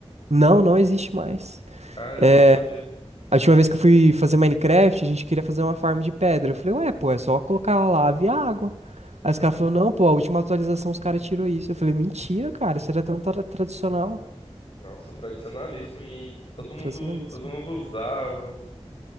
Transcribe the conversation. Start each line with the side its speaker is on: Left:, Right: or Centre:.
Right: Não, não existe mais.
Left: Caramba,
Right: É,
Left: não sabia.
Right: a última vez que eu fui fazer Minecraft, a gente queria fazer uma farm de pedra. Eu falei, ué, pô, é só colocar lava e água. Aí os
Left: Aham.
Right: caras falaram, não, pô, a última atualização os caras tirou isso. Eu falei, mentira, cara, isso era tão tra- tradicional.
Left: Nossa, tradicionalíssimo. E todo mundo,
Right: Tradicionalíssimo.
Left: todo mundo usava.